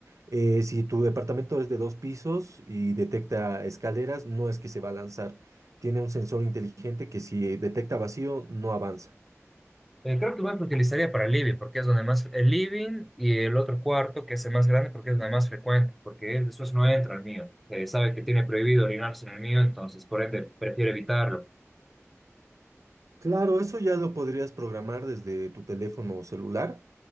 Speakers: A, on the right; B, in the centre.
A: Eh, si tu departamento es de dos pisos y detecta escaleras, no es que se va a lanzar. Tiene un sensor inteligente que si detecta vacío, no avanza.
B: eh, creo que más lo utilizaría para el living, porque es donde más... El living y el otro cuarto, que es el más grande, porque es donde más frecuente, porque él después no entra al mío. Eh, sabe que tiene prohibido orinarse en el mío, entonces por ende prefiere evitarlo.
A: Claro, eso ya lo podrías programar desde tu teléfono celular